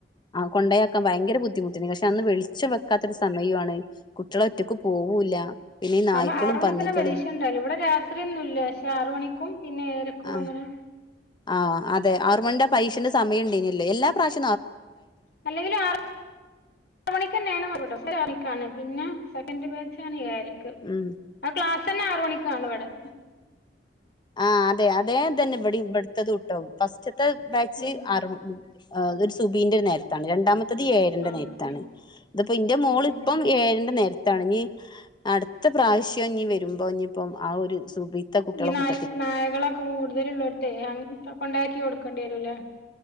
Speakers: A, on the left (about 25°); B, on the left (about 65°).
A: കൊണ്ടോയാക്കാൻ ഭയങ്കര ബുദ്ധിമുട്ട് പക്ഷെ അന്ന് വെളിച്ചം വെക്കാത്തരു സമയോം ആണ്. കുട്ടികള് ഒറ്റക്ക് പോവൂല്ല പിന്നെ ഈ നായ്ക്കളും
B: അപ്പ ആറ് മണിക്കന്നെ
A: പന്നികളും
B: പരീക്ഷയുണ്ടല്ലേ ഇവിടെ രാത്രിയൊന്നുല്ല പക്ഷെ ആറ് മണിക്കും പിന്നെ ഏഴര ക്കും
A: ആഹ്
B: അങ്ങനെ
A: ആഹ് അതെ ആറ് മണിന്റെ പരീക്ഷന്റെ സമയം ഉണ്ടേയ്‌നല്ലോ എല്ലാ പ്രാവശ്യ
B: അല്ലെങ്കിലും ആറ് ആറ് മണിക്ക് തന്നെയാ <unintelligible> <unintelligible> പിന്നെ സെക്കൻഡ് ബാച്ചാണ് ഏഴരക്ക്
A: ഉം
B: ആ ക്ലാസ് തന്നെ ആറ് മണിക്കാണ് ഇവിടെ
A: ആഹ് അതെ അതേ ഇതന്നെ ഇവ്ടുത്തതും ട്ടൊ ഫസ്റ്റ് ത്തെ ബാച്ച്
B: ഉം
A: ആറ് മണി ഒരു സുബ്ഹിന്റെ നേരത്താണ് രണ്ടാമത്തെ മറ്റെത് ഏഴരന്റെ
B: ആഹ്
A: നേരത്താണ്.
B: അങ്ങനെ
A: ഇതിപ്പോ ഇന്റെ
B: ഉം
A: മോൾ
B: ഉം
A: ഇപ്പം
B: ഉം
A: ഏഴരന്റെ നേരത്താണ് ഇഞ്ഞി അടുത്ത പ്രാവശ്യം ഇഞ്ഞി വരുമ്പോ ഇഞ്ഞിപ്പം ആ ഒരു സുബ്ഹീത്ത കുട്ടികളെ
B: ഈ നായ
A: കൂട്ട
B: നായകളൊക്കെ കൂടുതലലുള്ളോട്ത്ത് അങ്ങട് കൊണ്ടാക്കി കൊടുക്കേണ്ടി വരൂല്ലേ